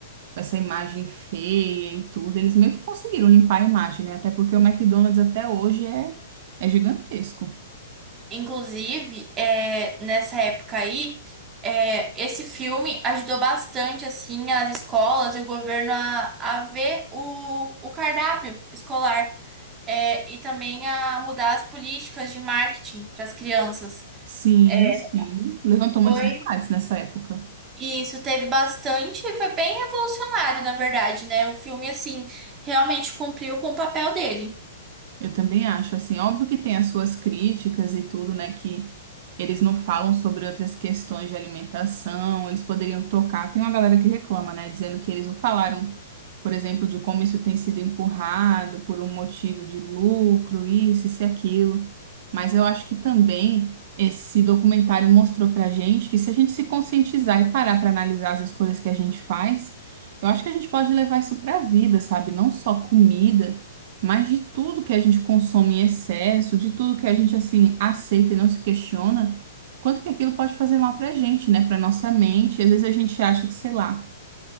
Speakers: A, on the right; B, on the right.
A: com essa imagem feia e tudo. Eles meio que conseguiram limpar a imagem, né? Até porque o McDonald's até hoje é, é gigantesco.
B: inclusive, é, nessa época aí, é, esse filme ajudou bastante, assim, as escolas e o governo a, a ver o, o cardápio escolar. É, e também a mudar as políticas de marketing para as crianças.
A: Sim,
B: É,
A: sim. Levantou
B: Foi
A: muitos debates nessa época.
B: E isso teve bastante e foi bem revolucionário, na verdade, né? O filme, assim, realmente cumpriu com o papel dele.
A: Eu também acho, assim, óbvio que tem as suas críticas e tudo, né? Que Eles não falam sobre outras questões de alimentação, eles poderiam tocar. Tem uma galera que reclama, né, dizendo que eles não falaram por exemplo, de como isso tem sido empurrado por um motivo de lucro, isso, isso e aquilo. Mas eu acho que também esse documentário mostrou pra gente que se a gente se conscientizar e parar para analisar as escolhas que a gente faz, eu acho que a gente pode levar isso pra vida, sabe? Não só comida, mas de tudo que a gente consome em excesso, de tudo que a gente assim aceita e não se questiona. Quanto que aquilo pode fazer mal pra gente, né? Pra nossa mente. Às vezes a gente acha que, sei lá,